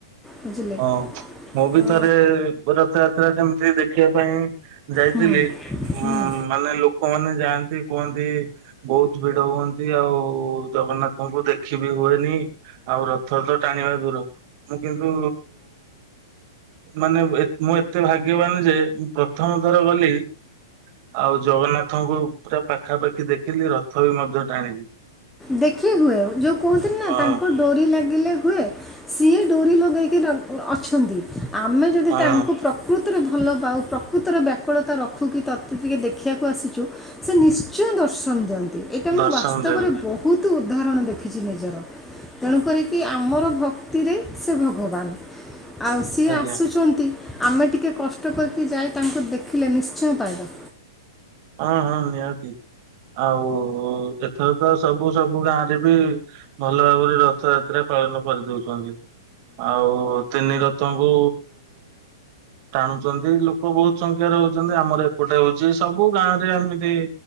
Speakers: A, in the centre; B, on the right (about 30°).
A: ବୁଝିଲେ
B: ହଁ ମୁଁ ବି
A: ତ
B: ଥରେ ପୁର ରଥଯାତ୍ରା ସେମିତି ଦେଖିବା ପାଇଁ ଯାଇଥିଲି
A: ହୁଁ
B: ମା
A: ହୁଁ
B: ମାନେ ଲୋକମାନେ ଯାଆନ୍ତି କୁହନ୍ତି ବୋହୁତ ଭିଡ଼ ହୁଅନ୍ତି ଆଉ ଜଗନ୍ନାଥଙ୍କୁ ଦେଖିବି ହୁଏନି। ଆଉ ରଥତ ଟାଣିବା ଦୂର ମୁଁ କିନ୍ତୁ ମାନେ ଏତ୍ ମୁଁ ଏତେ ଭାଗ୍ୟବାନ ଯେ ମୁଁ ପ୍ରଥମ ଥର ଗଲି ଆଉ ଜଗନ୍ନାଥଙ୍କୁ ପୁରା ପାଖାପାଖି ଦେଖିଲି ରଥ ବି ମଧ୍ୟ ଟାଣିଲି।
A: ଦେଖି ହୁଏ ଆ ଯୋଉ କହୁନ୍ତି ନା
B: ହଁ
A: ତାଙ୍କର ଡୋରି ଲାଗିଲେ ହୁଏ ସିଏ ଡୋରି ଲଗେଇକି ଡାକ୍ ଅଛନ୍ତି ଆମେ ଯଦି
B: ହଁ
A: ତାଙ୍କୁ ପ୍ର ପ୍ରକୃତରେ ଭଲ ପାଉ ପ୍ରକୃତରେ ବ୍ୟାକୁଳତା ରଖୁକି ତତେ ଟିକେ ଦେଖିବାକୁ ଆସିଛୁ ସେ ନିଶ୍ଚୟ ଦର୍ଶନ ଦିଅନ୍ତି ଏଇଟା ମୁଁ
B: ଦର୍ଶନ
A: ବାସ୍ତବରେ
B: ଦେବେ
A: ବହୁତ ବହୁତୁ ଉଦାହରଣ ଦେଖିଛି ନିଜର। ତେଣୁ କରିକି ଆମର ଭକ୍ତିରେ ସେ ଭଗବାନ। ଆଉ ସିଏ
B: ଆଜ୍ଞା
A: ଆସୁଛନ୍ତି ଆମେ ଟିକେ କଷ୍ଟ କରିକି ଯାଇ ତାଙ୍କୁ ଦେଖିଲେ ନିଶ୍ଚୟ ପାଇବା।
B: ହଁ ହଁ ନିହାତି ଆଉ ଏଥର ତ ସବୁ ସବୁ ଗାଁ ରେ ବି ଭଲ ଭାବରେ ରଥଯାତ୍ରା ପାଳନ କରିଦଉଛନ୍ତି ଆଉ ତିନି ରଥ ଥଙ୍କୁ ଟାଣୁଛନ୍ତି ଲୋକ ବହୁତ ସଂଖ୍ୟାରେ ହଉଛନ୍ତି ଆମର ଏପଟେ ହଉଛି ସବୁ ସବୁ ଗାଁ ରେ ଏମିତି